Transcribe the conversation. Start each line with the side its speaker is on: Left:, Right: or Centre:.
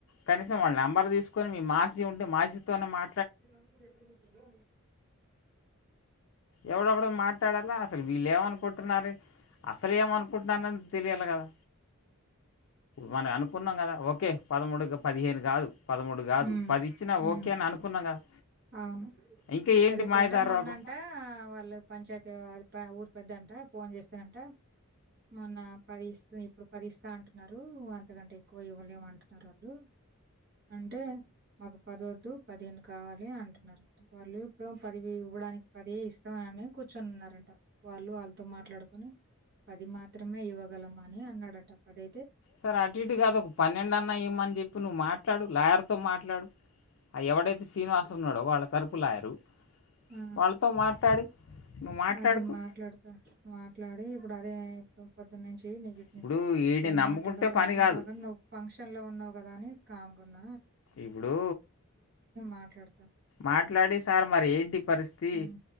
Left: కనీసం వాళ్ళ నెంబర్ తీసుకొని మీ మాసి ఉంటే మాసితోనే మా
Right: <unintelligible>
Left: ఎవడు ఒకడు మాట్లాడాలా అసలు వీళ్ళ ఏమనుకుంటున్నారు అసలే ఏమనుకుంటున్నారో తెలియాలి కదా మనం అనుకున్నాం కదా ఓకే పదమూడు పదిహేను కాదు పదమూడు కాదు
Right: హ్మ్.
Left: పది ఇచ్చినా
Right: హ్మ్.
Left: ఓకే అని అనుకున్నాం కదా
Right: అవును.
Left: ఇంకా ఏంటి
Right: వెళ్ళిప్పుడంట
Left: మాయధారు
Right: మొన్నంట
Left: రోగం
Right: వాళ్ళు పంచాయతీ ఊరు పెద్ద అంట ఫోన్ చేస్తానంట మొన్న పది ఇ ఇప్పుడు పది ఇస్తా అంటున్నారు అంతకంటే ఎక్కువ ఇవ్వలేమంటున్నారు వాళ్ళు అంటే మాకు పది వద్దు పదిహేను కావాలి అంటున్నారంట వాళ్ళు ఇప్పుడు పదివి ఇవ్వడానికి పది ఏ ఇస్తాము అని కూర్చొనిన్నారంట వాళ్ళు వాళ్ళతో మాట్లాడుకొని పది మాత్రమే ఇవ్వగలం అని అన్నాడంట పది
Left: సరే అటు ఇటు కాదు ఒక పన్నెండు అన్నా ఇవ్వమని చెప్పి నువ్వు మాట్లాడు లాయర్ తో మాట్లాడు ఎవడైతే శ్రీనివాస ఉన్నాడో వాళ్ళ తరపు లాయరూ
Right: ఆ!
Left: వాళ్ళతో మాట్లాడి నువ్వు మాట్లాడుకో
Right: అదే మాట్లాడుతా మాట్ మాట్లాడి ఇప్పుడు అదే పొద్దున్నుంచి నీకు
Left: ఇప్పుడు వీడిని
Right: ఏం
Left: నమ్ముకుంటే
Right: మాట్లాడాలో
Left: పని
Right: అర్థం
Left: కాదు
Right: కాగా నువ్వు ఫంక్షన్ లో ఉన్నావు కదా అని కాముగా ఉన్న
Left: ఇప్పుడు
Right: మాట్లాడతా.
Left: మాట్లాడి సార్ మరి ఏంటి పరిస్థితి
Right: హ్మ్.